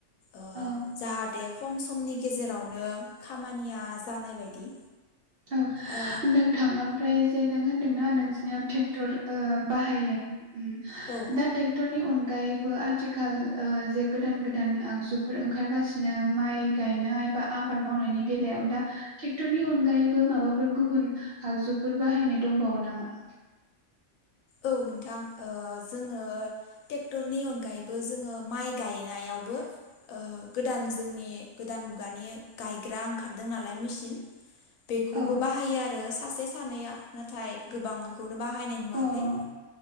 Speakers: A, on the left (about 80°); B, on the right (about 60°).
A: ओ
B: औ
A: जाहाथे खम समनि गेजेरावनो खामानिया जानाय बायदि।
B: औ
A: ओ
B: नोंथां ओमफ्राय जे नों हो दों ना नोंसोरनियाव थेक्टर ओ बाहायो ओम
A: औ
B: दा थेक्टरनि अनगायैबो आथिखाल ओ जे गोदान गोदान आगजुफोर ओंखारगासिनो माइ गाय नाय बा आबाद मावनायनि बेलायाव दा टेक्टरनि अनगायै बो माबाफोर गुबुन आगजुफोर बाहायनाय दंबावो नामा?
A: औ नोंथां ओ जोङो टेक्टरनि अनगायैबो जोङो माइ गायनायावबो ओ गोदान जोंनि गोदान मुगानि गायग्रा ओंखारदों नालाय मेसिन। बेखौबो
B: औ
A: बाहायो आरो सासे सानैया नाथाय गोबांखौनो बाहायनाय नुवाखै।
B: अ